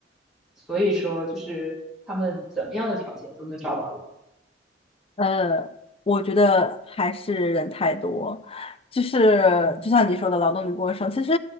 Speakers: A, in the centre; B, on the left (about 30°).
A: 所以说就是他们怎么样的条件都能找到人。
B: 呃，我觉得还是人太多，就是就像你说的劳动力过剩，
A: 嗯
B: 其实